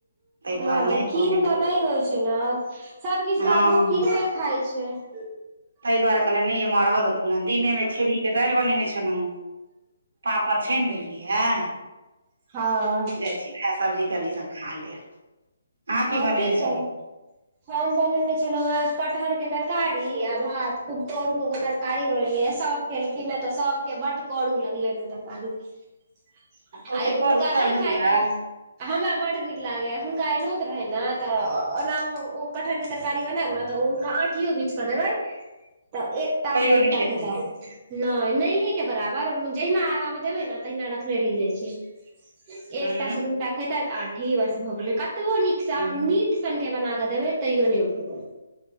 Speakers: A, on the right; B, on the right.
A: ताहि दुआरे
B: नेई
A: नहि कहलियनि
B: किन कऽ न होइ छै न सब किछ
A: हँ
B: तऽ आब लोक किने के खाइ छैई।
A: ताहि दुआरे कहलनि नहि ईम्हर माँ रह देथुन दीनेमे खेरही के दालि बनेने छलहुँ। पापड़ छैन लेने रहिया --
B: हँ- -
A: चिबी हें सब्ज़ी -तब्जी सब खा लेब। अहाँ
B: हँ
A: बनेने
B: की
A: छलहुँ
B: कर। हम बनेने छलौं हें कटहर के तरकारी आ भात खूब कोरू क के तरकारी बनेलियै सब- - खेलखिन हें तऽ सबके बड्ड करू लगले ने तरकारी- -
A: ओते
B: आइ
A: करू
B: हुनका
A: खायल
B: नहि
A: होइया
B: खाएके- - हमरा बड नीक लागेया हुनका आइ नोत रहे न। तऽ ओना ओ कटहर के- - तरकारी बनायब ने तऽ हुनका आठियो बीछ कऽ देबै तऽ एकटा
A: तैयो
B: से दूटा
A: नहि खेतै
B: खेइतेथ। नोय नहि हे के बराबर जहिना आगा मे देबै ने तहिना रखले रहि जाइ छै। एकटा
A: हुँ
B: से दूटा खेतै तऽ आठी बस भऽ गेलै। कतबो नीक से अहाँ
A: हुँ
B: मीट सन के बनाके देबै तैयो नहि ओ खेताइथ